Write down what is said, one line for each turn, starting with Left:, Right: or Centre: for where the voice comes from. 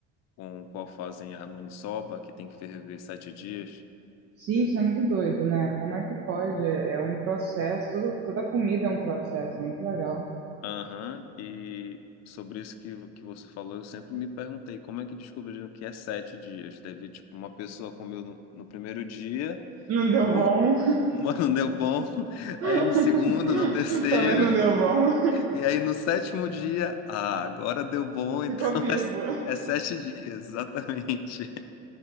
Left: com qual fazem a maniçoba, que tem que ferver sete dias?
Right: Sim, isso é muito doido, né? Como é que pode? É é um processo, tudo- toda comida é um processo, é muito legal.
Left: Aham, e sobre isso que, que você falou, eu sempre me perguntei como é que descobriram que é sete dias? Teve, tipo, uma pessoa comeu no, no primeiro dia,
Right: Não deu
Left: mor...
Right: bom.
Left: <laughs> Mano, não deu bom. <laughs> Aí
Right: <laughs>
Left: no segundo, no terceiro,
Right: Também não deu bom.
Left: e aí no sétimo dia, ah, agora deu bom,
Right: <laughs>
Left: <laughs> então
Right: Ficou vivo.
Left: é, é sete dias, exatamente.